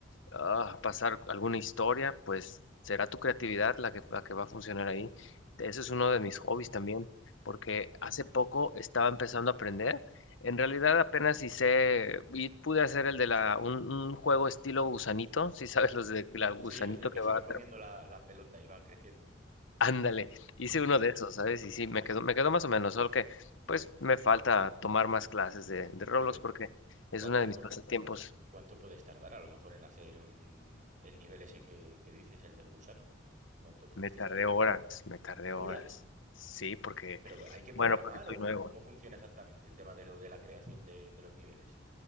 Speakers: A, on the left (about 80°); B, on the right (about 40°).
A: ah, pasar alguna historia, pues será tu creatividad la que, la que va a funcionar ahí. Ese es uno de mis hobbies
B: Anda.
A: también, porque
B: An-
A: hace poco estaba empezando a aprender. En realidad
B: ¿Mm?
A: apenas hice y pude hacer el de la un, un juego estilo gusanito, si sabes los de la gusanito
B: Sí, los de que
A: que
B: se
A: va
B: va
A: a
B: comiendo
A: tra-
B: la, la pelota y va creciendo.
A: Ándale, hice
B: Sí,
A: uno
B: ¿no?
A: de esos, ¿sabes? Y sí, me quedó, me quedó más o menos, solo que pues me falta tomar más clases de, de Roblox
B: Pero ¿y
A: porque es
B: cua-
A: una
B: ¿cuánto
A: de mis pasatiempos.
B: ¿Cuánto puedes tardar a lo mejor en hacer un- el nivel ese que, que dices, el del gusano? ¿Cuánto pudiste
A: Me tardé
B: tardar?
A: horas, me tardé
B: Horas.
A: horas. Sí, porque,
B: Pero hay que programar
A: bueno, porque soy
B: o, o
A: nuevo.
B: cómo funciona exactamente el tema de lo de la creación de, de los niveles.